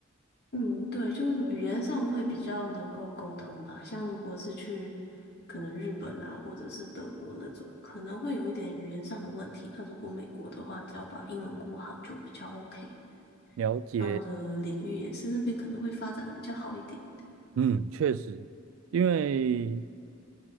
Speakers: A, on the left (about 55°); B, on the right (about 80°).
A: 嗯，对，就语言上会比较能够沟通吧。像如果是去可能日本啊，或者是德国那种，可能会有一点语言上的问题。那如果美国的话，只要把英文顾好就比较 OK。
B: 了解。
A: 那我的领域也是那边可能会发展的比较好一点。
B: 嗯，确实，因为